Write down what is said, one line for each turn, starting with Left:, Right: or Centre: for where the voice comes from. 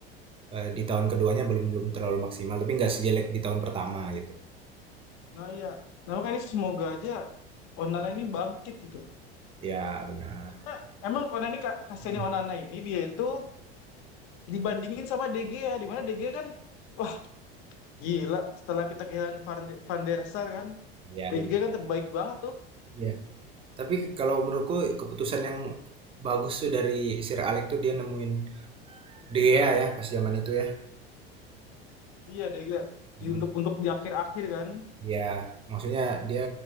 Right: eh, di tahun keduanya belum belum terlalu maksimal tapi nggak sejelek di tahun pertama gitu
Left: Nah iya. Nah makanya ini semoga aja Onana ini bangkit gitu.
Right: ya benar
Left: Karena emang Onana ini ka- kasihannya
Right: Mm.
Left: Onana ini dia itu dibandingin sama De Gea di mana De Gea kan wah gila setelah kita kehilangan Van, de- Van der Sar kan
Right: ya
Left: De
Right: benar
Left: Gea kan terbaik banget tuh
Right: ya Tapi kalau menurutku keputusan yang bagus tuh dari Sir Alex tuh dia nemuin De Gea ya pas zaman itu ya.
Left: iya De Gea Di-
Right: Hmm.
Left: untuk untuk di akhir-akhir kan
Right: Ya, maksudnya dia